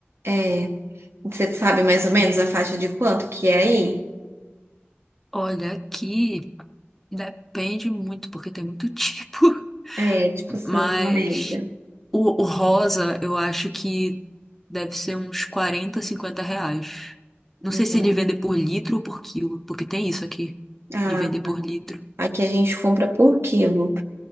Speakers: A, on the right (about 70°); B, in the centre.
A: É. Você sabe mais ou menos a faixa de quanto que é aí?
B: Olha, aqui depende muito, porque tem muito tipo. <laughs>
A: É, tipo assim,
B: Mas
A: uma média.
B: o, o rosa, eu acho que deve ser uns 40, 50 reais. Não
A: Uhum.
B: sei se ele vende por litro ou por quilo, porque tem isso aqui,
A: Ah,
B: de vender por litro.
A: aqui a gente compra por quilo,